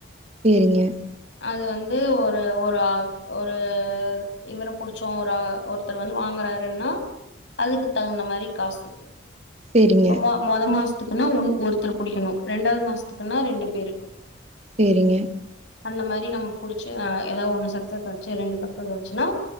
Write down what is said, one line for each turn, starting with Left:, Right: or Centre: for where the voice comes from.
Right: சேரிங்க
Left: அது வந்து ஒரு ஒரு ஒரு இவரோ புடிச்சோ ஒரு ஒரு ஒருத்தரு வந்து வாங்குறாருன்னா அதுக்கு தகுந்த மாரி காசு
Right: சேரிங்க
Left: இப்ப மொ மொத மாச த்துக்குன்னா ஒன் ஒருத்தர் புடிக்கணு ரெண்டாவது மாசத்துக்குன்னா ரெண்டு பேரு
Right: சேரிங்க
Left: அந்த மாரி நம்ம புடிச்ச ஏதாது ஒன்னு சக்ஸஸ் ஆச்சி ரெண்டு சக்ஸஸ் ஆச்சுன்னா